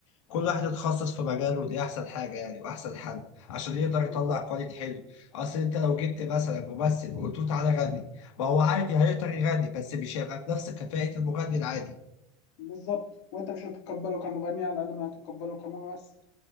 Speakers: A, on the left; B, on the left.
A: كل واحد يتخصص في مجاله ودي احسن حاجه يعني واحسن حل عشان يقدر يطلع
B: بالظبط
A: كواليتي حلو اصل انت لو جبت مثلا ممثل وقلت له تعالى غني ما هو عادي هيقدر يغني بس مش هيبقى بنفس كفاءه المغني العادي
B: بالظبط وأنت مش هتتقبله كمغني على الأقل ما هتتقبله كممثل